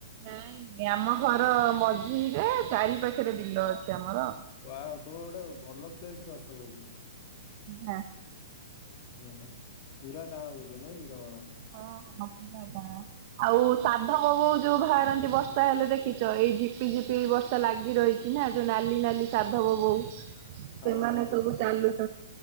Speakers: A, on the right; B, on the left.
A: ନାଇଁ ନାଇ ଆମ ଘର ମଝିରେ ଚାରି ପାଖେରେ ବିଲ ଅଛି ଆମର।
B: ୱାଓ ତୁମେ ଗୋଟେ ଭଲ ପ୍ଲେସ୍ ରେ ଅଛ ବୋଧେ।
A: ନାଁ।
B: ଉଁ ହୁଁ ହୁଁ ପୁରା ଗାଁ ବୋଧେ ନାଇଁ କି ତମର।
A: ହଁ ହଁ ପୁରା ଗାଁ। ଆଉ ସାଧବ ବୋଉ ଯୋଉ ଭାରନ୍ତି ବର୍ଷା ହେଲେ ଦେଖିଚ ଏଇ ଝିପି ଝିପି ବର୍ଷା ଲାଗି ରହି ଇନ୍ହା ଯୋଉ ନାଲି ନାଲି ସାଧବ ବୋଉ
B: ହଁ
A: ସେମାନେ
B: ହଁ ହଁ
A: ସବୁ ଚାଲୁଚ